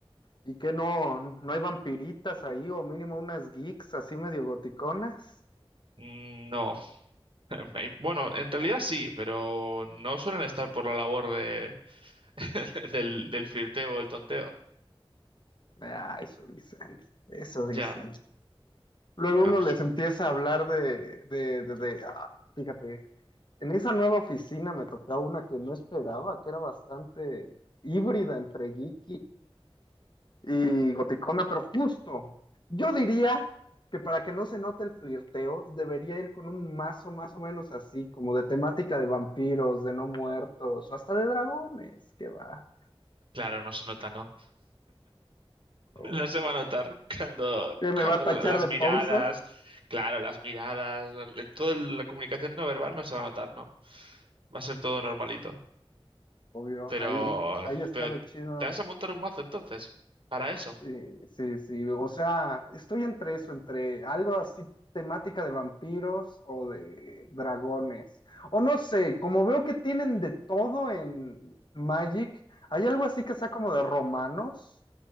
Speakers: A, on the left; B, on the right.
A: ¿Y qué no, no hay vampiritas ahí o mínimo unas geeks así medio goticonas?
B: Mm, No. <laughs> Bueno, en realidad sí, pero no suelen estar por la labor de, <laughs> del, del flirteo o el tonteo.
A: Ah, eso dicen, eso dicen.
B: Ya.
A: Luego uno
B: Ah, no
A: les
B: sé.
A: empieza a hablar de, de, de, de- ah, fíjate, en esa nueva oficina me tocó una que no esperaba, que era bastante híbrida entre geek y goticona, pero justo. Yo diría que para que no se note el flirteo, debería ir con un mazo más o menos así, como de temática de vampiros, de no muertos, o hasta de dragones, que va.
B: claro, no se nota, ¿no?
A: hombre.
B: No se va a notar cuando,
A: ¿Qué me
B: cuando
A: va a tachar
B: las
A: de
B: miradas,
A: pausa?
B: claro, las miradas, toda la comunicación no verbal no se va a notar, ¿no? Va a ser todo normalito.
A: Obvio,
B: Pero,
A: ahí, ahí está
B: pero
A: lo chido
B: ¿te vas a montar un mazo entonces? ¿Para eso?
A: Sí, sí, sí. O sea, estoy entre eso, entre algo así temática de vampiros o de dragones. O no sé, como veo que tienen de todo en Magic, ¿hay algo así que sea como de romanos?